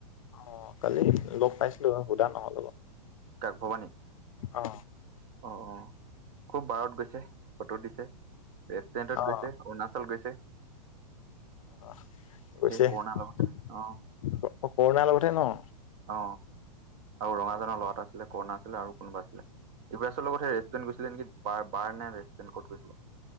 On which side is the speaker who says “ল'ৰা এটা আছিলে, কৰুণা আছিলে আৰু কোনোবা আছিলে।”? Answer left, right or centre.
Right